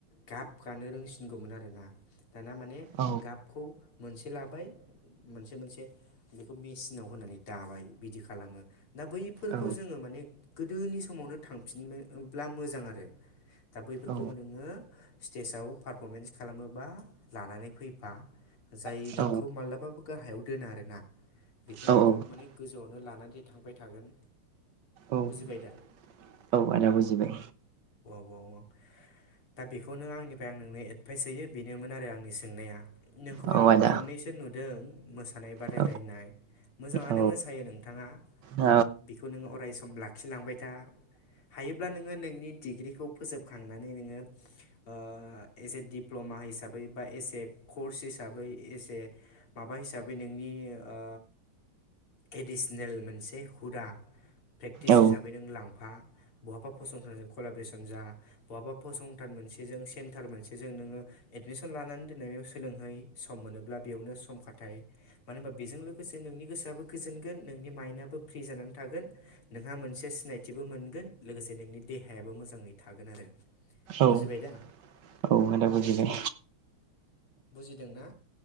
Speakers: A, on the left; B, on the right.
A: गाब गानो रोंसिनगौमोन आरो ना दाना माने
B: औ
A: गाबखौ मोनसे लाबाय मोनसे-मोनसे बेखौ मेसिनाव होनानै दाबाय बिदि खालामो। दा बैफोरखौ
B: औ
A: जोङो माने गोदोनि समावनो थांफिननोब्ला मोजां आरो। दा बैफोरखौ
B: औ
A: नोङो स्टेजाव पारफरमेन्स खालामोबा लानानै फैफा जाय
B: औ
A: नोंखौ मालाबाबो गाहायाव दोना आरो ना बेखौ
B: औ
A: नोंखौ माने खौनो लानानै थांबाय थागोन
B: औ-औ
A: बुजिबाय दा
B: आदा बुजिबाय।
A: औ-औ दा बेखौनो आंनिफ्राय आं नोंनो एडभायेस होयो बेनोमोन आरो आंनि सोंनाया। नोंखौ
B: औ
A: आङो
B: आदा
A: खननैसो नुदों मोसानाय बादायलायनाय
B: औ
A: मोजाङानो
B: औ
A: मोसा फोथायो नोंथाङा
B: औ
A: बेखौ नोङो अराय सम लाखिलांबाय था। हायोब्ला नोङो नोंनि डिग्रिखौ फोजोबखांनानै नोङो ओ एस ए डिप्ल'मा मा हिसाबै बा एसे कर्स हिसाबै एसे माबा हिसाबै नोंनि ओ एडिसनेल मोनसे हुदा प्रेक्टिस
B: औ
A: हिसाबै नों लांफा बहाबा फसंथानजों कलाब्रेसन जा बहाबा फसंथान मोनसेजों सेन्टार मोनसेजों नोङो एडमिसन लानानै दोननाय बेयाव सोलोंहै सम मोनोब्ला बेयावनो सम खाथायो मानो होनबा बेजों लोगोसेनो नोंनि गोसोआबो गोजोनगोन नोंनि मायेन्दआबो फ्रि जानानै थागोन नोंहा मोनसे सिनायथिबो मोनगोन लोगोसे नोंनि देहायाबो मोजाङै थागोन आरो।
B: औ-औ
A: बुजिबाय दा
B: होननाा बुजिदों।
A: बुजिदों ना।